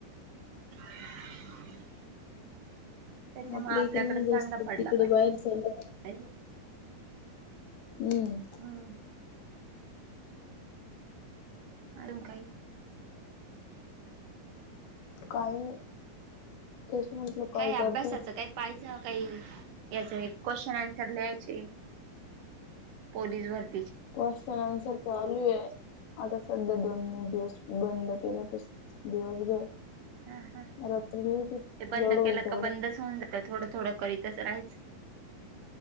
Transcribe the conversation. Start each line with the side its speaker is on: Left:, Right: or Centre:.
Right: <inaudible> त्याच्यामुळे
Left: आपल्या
Right: आपल्याकडे
Left: इकडे नाही जास्त
Right: चांगला पडला
Left: तिकडे
Right: पाहिजे
Left: बाहेर चालू आहे. हम्म
Right: हम अजून काय
Left: काय तेच म्हटलं
Right: काय अभ्यासाचं
Left: करते
Right: काय पाहिचं काही याचं क्वेश्चन आंसर घ्यायची पोलीस भरतीसाठी
Left: क्वेश्चन चालू आहे आता सध्या दोन मे दिवस बंद केले त दिवसभर
Right: हा हा
Left: रात्री लिहिते
Right: ते बंद
Left: जेवढं होईल
Right: केलं
Left: तेवढं
Right: का बंदच होऊन जात थोडं थोडं करीतच राहायचं